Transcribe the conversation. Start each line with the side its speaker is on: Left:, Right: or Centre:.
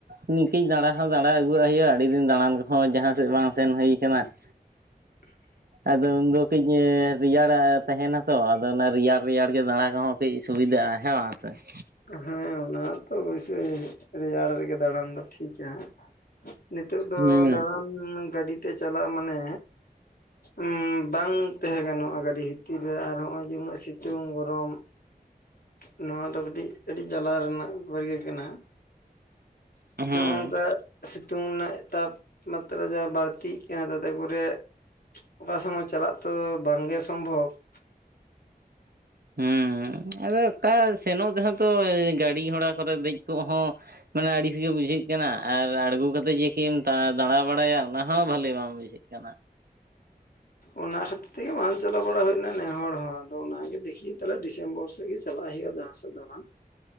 Right: ᱤᱧ ᱛᱤᱧ ᱫᱟᱸᱲᱟ ᱦᱚᱸ ᱫᱟᱸᱲᱟ ᱟᱹᱜᱩᱣᱟᱜ ᱦᱩᱭᱩᱜᱼᱟ ᱟᱹᱰᱤ ᱫᱤᱱ ᱫᱟᱸᱲᱱ ᱠᱚᱦᱚᱸ ᱡᱟᱦᱟᱸ ᱥᱮᱫ ᱵᱟᱝ ᱥᱮᱱ ᱦᱩᱭ ᱠᱟᱱᱟ ᱾
Left: <unintelligible>
Right: ᱟᱫᱚ ᱩᱱᱫᱚ ᱠᱟᱹᱡ ᱨᱮᱭᱟᱲ ᱛᱟᱦᱮᱱᱟ ᱛᱚ ᱟᱫᱚ ᱚᱱᱟ ᱨᱮᱭᱟᱲ ᱨᱮᱭᱟᱲ ᱜᱮ ᱫᱟᱲᱟ ᱠᱚᱦᱚᱸᱼᱼ ᱠᱟᱹᱡ ᱥᱩᱵᱤᱫᱟᱜᱼᱟ ᱦᱮᱸ ᱵᱟᱝ ᱥᱮ ᱾
Left: ᱦᱮᱸ ᱚᱱᱟ ᱛᱚ ᱚᱵᱚᱥᱚᱭ ᱨᱮᱭᱟᱲ ᱨᱮᱜᱮ ᱫᱟᱲᱟᱱ ᱫᱚ ᱴᱷᱤᱠᱟ ᱾ ᱱᱤᱛᱚᱜ ᱫᱚ
Right: ᱦᱩᱸ
Left: ᱫᱟᱲᱟᱱ ᱜᱟᱹᱰᱤ ᱛᱮ ᱪᱟᱞᱟᱜᱼᱟ ᱢᱟᱱᱮᱼᱼ ᱩᱸ ᱵᱟᱝ ᱛᱟᱦᱮᱸ ᱜᱟᱱᱚᱜᱼᱟ ᱜᱟᱹᱰᱤ ᱵᱷᱤᱛᱤᱨ ᱨᱮ ᱟᱨ ᱦᱚᱸᱜ ᱚᱭ ᱡᱮ ᱩᱱᱟᱹᱜ ᱥᱤᱛᱩᱝ ᱜᱚᱨᱚᱢ ᱾ ᱱᱚᱣᱟ ᱫᱚ ᱠᱟᱹᱴᱤᱡᱼᱼ ᱟᱹᱰᱤ ᱡᱟᱞᱟ ᱨᱮᱱᱟᱜ ᱵᱮᱯᱟᱨ ᱜᱮ ᱠᱟᱱᱟ
Right: ᱦᱩᱸ
Left: ᱦᱚᱸᱜ-ᱚ ᱱᱚᱝᱠᱟᱼᱼ ᱥᱤᱛᱩᱝ ᱨᱮᱱᱟᱜ ᱛᱟᱯᱢᱟᱛᱨᱟ ᱡᱟᱦᱟᱸ ᱵᱟᱹᱲᱛᱤᱜ ᱠᱟᱱᱟ ᱛᱟᱛᱮ ᱠᱚᱨᱮᱼᱼ ᱚᱱᱟ ᱥᱚᱢᱚᱭ ᱪᱟᱞᱟᱜ ᱛᱚ ᱵᱟᱝ ᱜᱮ ᱥᱚᱢᱵᱷᱚᱵ ᱾ <inaudible>
Right: ᱦᱩᱸ ᱟᱫᱚ ᱚᱠᱟ ᱥᱮᱱᱚᱜ ᱛᱮᱦᱚᱸ ᱛᱚ ᱜᱟᱹᱰᱤ ᱜᱷᱚᱲᱟ ᱠᱚᱨᱮ ᱫᱮᱡ ᱠᱚᱜ ᱦᱚᱸᱼᱼ ᱢᱟᱱᱮ ᱟᱹᱲᱤᱥ ᱜᱮ ᱵᱩᱡᱷᱟᱹᱜ ᱠᱟᱱᱟ ᱟᱨ ᱟᱲᱜᱚ ᱠᱟᱛᱮ ᱡᱮ ᱠᱟᱹᱡ ᱮᱢ ᱫᱟᱲᱟ ᱵᱟᱲᱟᱭᱟ ᱚᱱᱟ ᱦᱚᱸ ᱵᱷᱟᱞᱮ ᱵᱟᱝ ᱵᱩᱡᱷᱟᱹᱜᱼᱼ ᱪᱮᱜ ᱠᱟᱱᱟ ᱾
Left: ᱚᱱᱟ ᱠᱷᱟᱹᱛᱤᱨ ᱛᱮᱜᱮ ᱵᱟᱝ ᱪᱟᱞᱟᱣ ᱵᱟᱲᱟ ᱦᱩᱭᱱᱟ ᱱᱮᱦᱚᱲ ᱦᱚᱸ ᱟᱫᱚ ᱚᱱᱟᱜᱮ ᱫᱮᱠᱷᱤ ᱛᱟᱦᱚᱞᱮ ᱰᱤᱥᱮᱢᱵᱚᱨ ᱥᱮᱫ ᱜᱮ ᱪᱟᱞᱟᱜ ᱦᱩᱭᱩᱜ-ᱟ ᱫᱚ ᱦᱟᱸᱜ ᱾ ᱥᱮ ᱫᱟᱲᱟᱱ ᱼᱼ